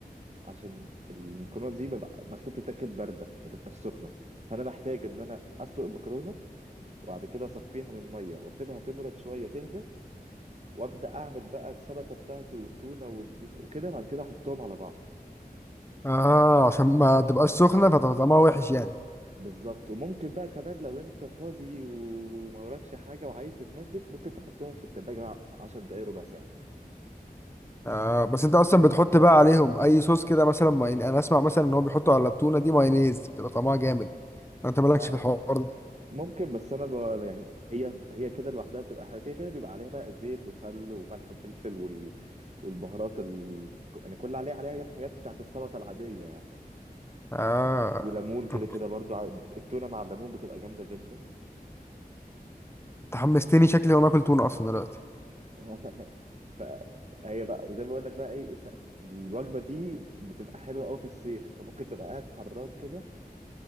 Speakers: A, on the right; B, on the left.
A: عشان المكرونه دي ببقى المفروض تتاكل بارده ما تبقاش سخنه فانا بحتاج ان انا اسلق المكرونه وبعد كده اصفيها من ميه واسيبها تبرد شويه تهدى وابدا اعمل بقى السلطه بتاعتي والتونه وال- وكده بعد كده احطهم على بعض
B: اه عشان ما تبقاش سخنه فتبقى طعمها وحش يعني
A: بالظبط وممكن بقى كمان لو انت فاضي وما وراكش حاجه وعايز تتمزج ممكن تحطهم في التلاجة 10 دقايق ربع ساعه
B: آه بس انت اصلا بتحط بقى عليهم اي صوص كده مثلا ماين انا اسمع مثلا ان هو بيحطوا على التونه دي مايونيز بتبقى طعمها جامد انت مالكش
A: آه،
B: في الحوار ده
A: ممكن بس انا ب... يعني هي هي كده لوحدها بتبقى حلوه كده كده بيبقى عليها بقى الزيت وخل وملح وفلفل والبهارات ال... يعني كل اللي عليها عليها يعني الحاجات بتاعت السلطه العاديه يعني
B: اه
A: وليمون كده
B: طب
A: كده برضو ع- التونه مع الليمون بتبقى جامده جدا
B: تحمستني شكلي هقوم اكل تونه اصلا دلوقتي
A: <laughs> فهي بقى زي ما بقول لك بقى ايه س- الوجبه دي بتبقى حلوه قوي في الصيف انت ممكن تبقى قاعد حران كده